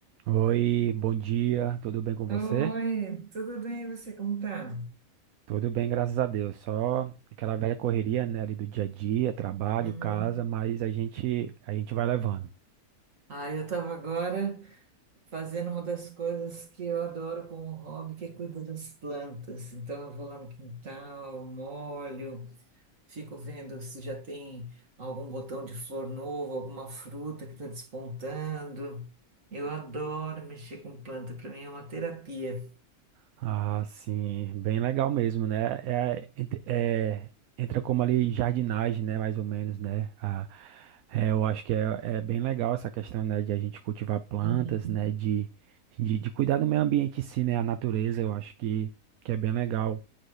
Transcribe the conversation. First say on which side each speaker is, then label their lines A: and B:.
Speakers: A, on the right (about 75°); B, on the right (about 60°).
A: Oi, bom dia, tudo bem com você?
B: Oi, tudo bem? E você, como tá?
A: Tudo bem, graças a Deus. Só aquela velha correria, né, ali do dia a dia, trabalho,
B: Uhum.
A: casa, mas a gente a gente vai levando.
B: Ah, eu estava agora fazendo uma das coisas que eu adoro como hobby, que é cuidar das plantas. Então, eu vou lá no quintal, molho, fico vendo se já tem algum botão de flor novo, alguma fruta que está despontando. Eu adoro mexer com planta, para mim é uma terapia.
A: Ah, sim, bem legal mesmo, né? É, ent- é, entra como ali jardinagem, né? Mais ou menos, né? Ah, é, eu acho que é, é bem legal essa questão, né? De a gente cultivar plantas,
B: Uhum.
A: né? De, de, de cuidar do meio ambiente em si, né? A natureza, eu acho que, que é bem legal